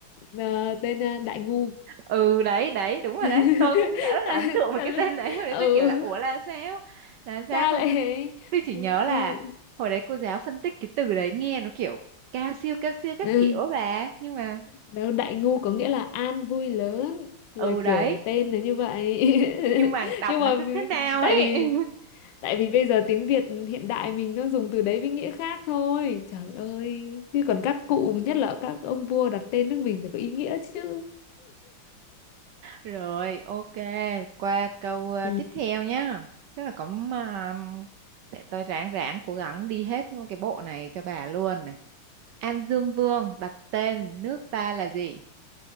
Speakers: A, on the left; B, on the right.
A: Ờ, tên ờ, Đại Ngu
B: ừ đấy đấy đúng rồi
A: <laughs>
B: đấy Tôi cũng đã rất
A: À,
B: là ấn tượng với
A: cả
B: cái
A: lũ
B: tên đấy <laughs> Hồi đấy
A: ừ
B: tôi kiểu là ủa là sao Là sao
A: sao
B: xong
A: lại
B: tôi,
A: ấy?
B: tôi chỉ nhớ
A: như
B: là Hồi đấy cô giáo phân tích cái từ đấy nghe nó kiểu Cao siêu cao siêu các
A: ừ,
B: kiểu bà Nhưng mà
A: đâu Đại Ngu có nghĩa là an vui lớn là
B: ừ đấy
A: kiểu tên nó như vậy <laughs>
B: nhưng mà đọc
A: nhưng
B: nó
A: mà
B: cứ thế nào
A: tại
B: ấy
A: vì
B: <laughs>
A: tại vì bây giờ tiếng Việt hiện đại mình nó dùng từ đấy với nghĩa khác thôi trời ơi chứ còn các cụ nhất là các ông vua đặt tên nước mình phải có ý nghĩa chứ
B: rồi ok qua câu ờ,
A: Ừ.
B: tiếp theo nhá tức là cũng uh, để tôi ráng ráng cố gắng đi hết cái bộ này cho bà luôn này An Dương Vương đặt tên nước ta là gì